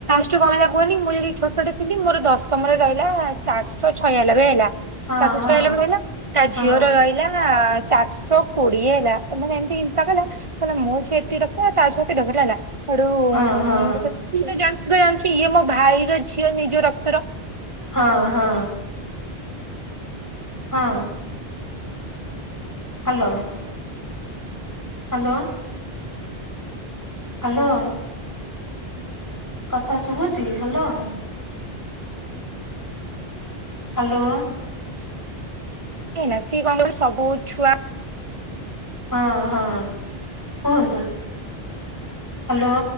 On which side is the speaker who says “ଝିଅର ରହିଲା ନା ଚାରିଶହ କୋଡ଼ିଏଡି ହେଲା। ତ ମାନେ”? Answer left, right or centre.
Right